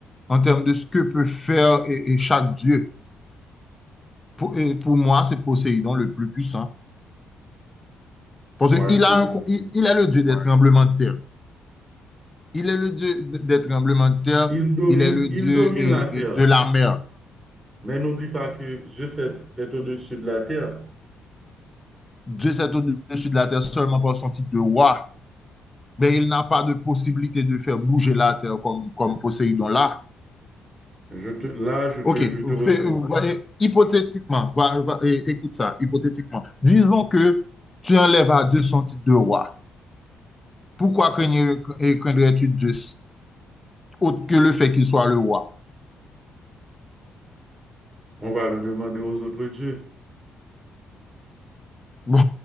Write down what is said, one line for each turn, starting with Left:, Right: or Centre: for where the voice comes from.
Left: en termes de ce que peut faire et, et chaque dieu. Pour, et pour moi, c'est Poséidon le plus puissant. Parce
Right: Moi,
Left: qu'il
Right: je te
Left: a
Right: le
Left: un, co-
Right: dis.
Left: il, il est le dieu des tremblements de terre. Il est le dieu de- des tremblements de terre.
Right: Il domine,
Left: Il est le
Right: il
Left: dieu
Right: domine
Left: et-
Right: la terre,
Left: et de la mer.
Right: mais n'oublie pas que je sais être au-dessus de la terre.
Left: Dieu s'est au-dessus de la terre seulement par son titre de roi. Mais il n'a pas de possibilité de faire bouger la terre comme, comme Poséidon là.
Right: Je te, là, je te,
Left: OK.
Right: je te
Left: euh,
Right: retrouve.
Left: Hypothétiquement, va- va- écoute ça, hypothétiquement. Disons que tu enlèves à Dieu son titre de roi. Pourquoi craindrais-tu Dieu autre que le fait qu'il soit le roi?
Right: On va le demander aux autres dieux.
Left: <laughs> Bon,